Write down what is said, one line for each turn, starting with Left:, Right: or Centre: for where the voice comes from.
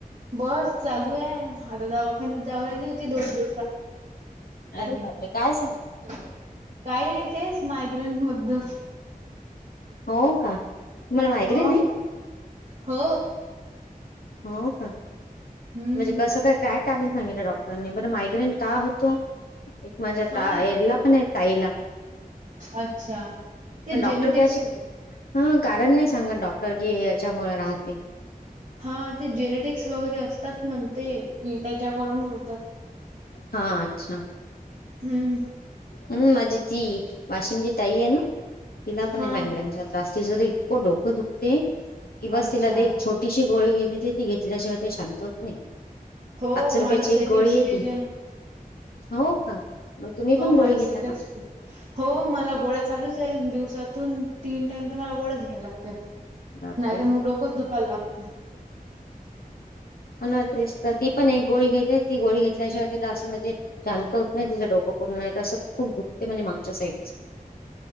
Right: बस चालू आहे आता दवाखान्यात जाऊन आली होती ते दोन दिवसा
Left: अरे
Right: आधी
Left: बापरे काय झालं?
Right: काही नाही. तेच मायग्रेन बद्दल.
Left: हो का मला मायगरे
Right: हो
Left: नाही
Right: हो.
Left: हो का
Right: हम्म
Left: म्हणजे कसं काय काय टून सांगितलं डॉक्टरांनी बरं मायग्रेन ता होतो एक माझ्या
Right: हा
Left: ताला पण आहे ताईला
Right: अच्छा ते
Left: पण डॉक्टर
Right: जेनेटिक्स
Left: काय असे ह कारण नाही सांगत डॉक्टर की याच्यामुळे राहते
Right: हा ते जेनेटिक्स वगैरे असतात म्हणते की त्याच्याकडून हो
Left: हा अच्छा!
Right: हम्म
Left: हम्म माझी ती वाशिमची ताई आहे ना तिला पण
Right: हा
Left: मायग्रेनचा त्रास तिच तर इतकं डोकं दुकते की बस
Right: अच्छा
Left: तिला एक छोटीशी गोळी घेते ती घेतल्याशिवाय ते शांत होत नाही.
Right: हो
Left: पाच रुपयाची
Right: माझा सेकंड
Left: एक गोळी
Right: स्टेज
Left: आहे ती, हो का मग तुम्ही, पण
Right: माझ
Left: गोळी घेता
Right: सेक
Left: का
Right: हो मला गोळ्या चालू अस तर दिवसातून तीन टायम तर मला गोळ्याच घ्याव्या लागतात.
Left: बापरे
Right: नाही तर मग डोकच दुखायला लागते.
Left: मला ना एक्सट्रा ती पण एक गोळी घेते ती गोळी घेतल्याशिवाय तिच असं म्हणजे शांत होत नाही तिच डोकं उन्हाळ्यात असं खुप दुघतय मागच्या साईडने